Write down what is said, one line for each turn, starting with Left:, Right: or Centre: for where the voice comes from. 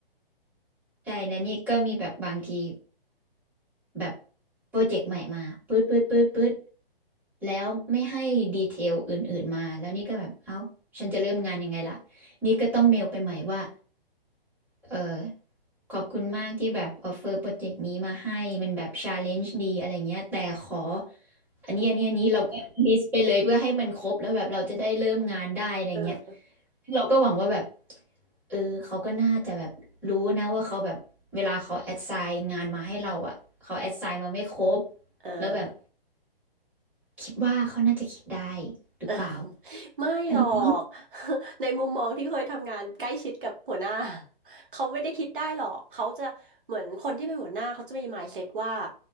Centre: ใช่และนี่ก็มีแบบบางทีแบบโปรเจกต์ใหม่มาปื๊ดปื๊ดปื๊ดปื๊ดแล้วไม่ให้ดีเทลอื่นๆมาแล้วนี่ก็แบบเอ้าฉันจะเริ่มงานยังไงล่ะนี่ก็ต้องเมลไปใหม่ว่าเออ ขอบคุณมากที่แบบออฟเฟอร์โปรเจกต์นี้มาให้มันแบบชาเลนจ์ดีอะไรเงี้ยแต่ขออันนี้อันนี้อันนี้เราก็ลิสต์ไปเลยเพื่อให้มันครบแล้วแบบเราจะได้เริ่มงานได้อะไรเงี้ย
Right: เออ
Centre: ซึ่งเราก็หวังว่าแบบเออเขาก็น่าจะแบบรู้นะว่าเขาแบบเวลาเขาแอดไซน์งานมาให้เราอ่ะเขาแอดไซน์มาไม่ครบ
Right: เอ
Centre: แล้วแบบ
Right: อ
Centre: คิดว่าเขาน่าจะคิดได้หรือเปล่า
Right: เออไม่หรอก
Centre: อันนี้ก็
Right: <laughs> ในมุมมองที่เคยทำงานใกล้ชิดกับหัวหน้า <laughs> เขาไม่ได้คิดได้หรอกเขาจะเหมือนคนที่เป็นหัวหน้าเขาจะมี mindset ว่า